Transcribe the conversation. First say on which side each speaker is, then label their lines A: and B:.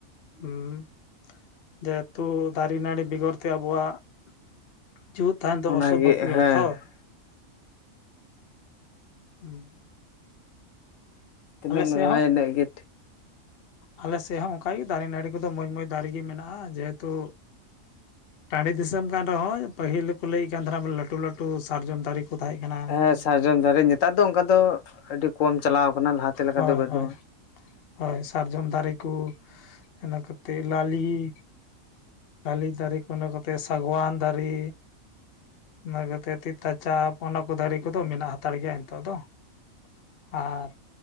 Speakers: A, on the left; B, on the left.
A: ᱦᱩᱸ ᱡᱮᱦᱮᱛᱩ ᱫᱟᱨᱮᱼ ᱱᱟᱹᱲᱤ ᱵᱮᱜᱚᱨ ᱛᱮ ᱟᱵᱚᱣᱟᱜ <unintelligible> ᱡᱩᱛ ᱛᱟᱭᱚᱢ ᱫᱚ
B: ᱚᱱᱟᱜᱮ
A: ᱚᱥ ᱵᱷᱚᱠ
B: ᱦᱮᱸ
A: ᱜᱮ ᱛᱷᱚᱨ ᱦᱩᱸ
B: ᱛᱤᱱᱟᱹᱜ ᱮᱢ
A: ᱥᱮᱫ
B: ᱨᱚᱦᱚᱭᱟ
A: ᱦᱚᱸ
B: ᱤᱱᱟᱹᱜ ᱜᱮ᱾
A: ᱟᱞᱮ ᱥᱮᱫ ᱦᱚᱸ ᱚᱱᱠᱟᱜᱮ ᱫᱟᱨᱮ ᱱᱟᱹᱲᱤ ᱠᱚᱫᱚ ᱢᱚᱡᱽ ᱢᱚᱡᱽ ᱫᱟᱨᱮ ᱜᱮ ᱢᱮᱱᱟᱜᱼᱟ ᱡᱮᱦᱮᱛᱩ ᱴᱟᱺᱰᱤ ᱫᱤᱥᱚᱢ ᱠᱟᱱ ᱨᱮᱦᱚᱸ ᱯᱟᱹᱦᱤᱞ ᱫᱚ ᱞᱟᱹᱭᱮᱫ ᱠᱟᱱ ᱛᱟᱦᱮᱱᱟ ᱞᱟᱹᱴᱩ ᱞᱟᱹᱴᱩ ᱥᱟᱨᱡᱚᱢ ᱫᱟᱨᱮ ᱠᱚ ᱛᱟᱦᱮᱸᱜ ᱠᱟᱱᱟ
B: ᱦᱮᱸ
A: ᱾
B: ᱥᱟᱨᱡᱚᱢ ᱫᱟᱨᱮ ᱱᱮᱛᱟᱨ ᱫᱚ ᱚᱱᱠᱟ ᱫᱚ ᱟᱹᱰᱤ ᱠᱚᱢ ᱪᱟᱞᱟᱣ ᱟᱠᱟᱱᱟ ᱞᱟᱦᱟᱛᱮ ᱞᱮᱠᱟ
A: ᱦᱳᱭ
B: ᱫᱚ ᱵᱟᱹᱱᱩᱜᱼᱟ᱿
A: ᱦᱳᱭ ᱦᱳᱭ ᱥᱟᱨᱡᱚᱢ
B: ᱦᱮᱸ
A: ᱫᱟᱨᱮ ᱠᱚ <unintelligible> ᱤᱱᱟᱹ ᱠᱟ ᱠᱟᱛᱮ ᱮᱫ ᱞᱟᱞᱤ <unintelligible> ᱵᱟᱹᱞᱤ ᱫᱟᱨᱮ ᱠᱚ ᱤᱱᱟᱹ ᱠᱟᱛᱮᱫ ᱥᱟᱜᱣᱟᱱ ᱫᱟᱨᱮ᱾ ᱤᱱᱟᱹ ᱠᱟᱛᱮ ᱛᱤᱛᱟ ᱪᱟᱯ ᱚᱱᱟ ᱠᱚ ᱫᱟᱨᱮ ᱠᱚᱫᱚ ᱢᱮᱱᱟᱜ ᱦᱟᱛᱟᱲ ᱜᱮᱭᱟ ᱱᱤᱛᱚᱜ ᱫᱚ᱾ <unintelligible> ᱟᱨ